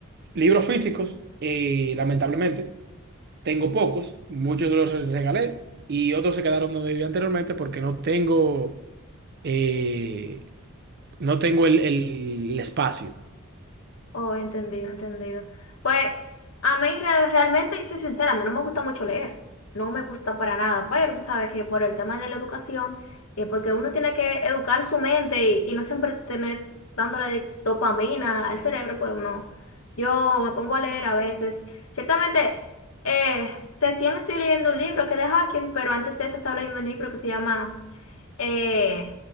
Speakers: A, on the right; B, on the left.
A: Libros físicos, eh, lamentablemente. Tengo pocos, muchos los regalé y otros se quedaron donde vivía anteriormente porque no tengo, eh, no tengo el, el- el espacio.
B: Oh, entendido, entendido. Pues a mí re- realmente, yo soy sincera, a mí no me gusta mucho leer, no me gusta para nada, pero tú sabes que por el tema de la educación, eh, porque uno tiene que educar su mente y, y no siempre tener dándole dopamina al cerebro, pues uno, yo me pongo a leer a veces. Ciertamente, eh, recién estoy leyendo un libro que es de Hacking, pero antes de eso estaba leyendo un libro que se llama, eh,